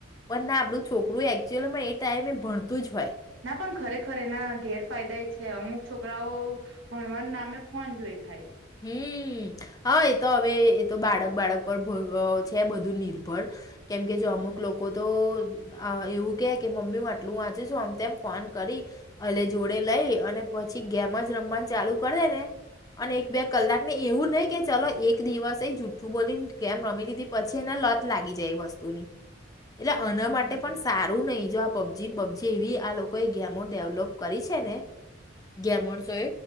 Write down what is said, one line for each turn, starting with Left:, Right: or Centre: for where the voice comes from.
Left: પણ ના આપડું છોકરું એકચુઅલમાં એ ટાઈમે ભણતું જ હોય
Right: ના પણ ખરેખર ખરેખર એના ગેર ફાયદા એ છે અમુક છોકરાઓ ભણવાના નામે ફોન જોઈ ખાય
Left: હમ્મ હા તો હવે એ તો બાળક બાળક છે બધું નિર્ભર કેમકે જો અમુક લોકો તો એવું કે કે મમ્મી હું આટલું વાંચું છું આમ તેમમ ફોન કરી એ જોડે લઈ અને પછી ગેમ જ રમવા ચાલુ કરી દે ને અને બે કલાકને એવું નહી કે ચલો એક દિવસ એ જુઠ્ઠ બોલીને કેમ રમી લીધી પછી એને લત લાગી જાય એ વસ્તુની એટલે આના
Right: હમ
Left: માટે પણ સારું નહી જો પબજી પબજી એવી આ લોકો એ ગેમો ડેવલોપ કરી છે ને ગેમસ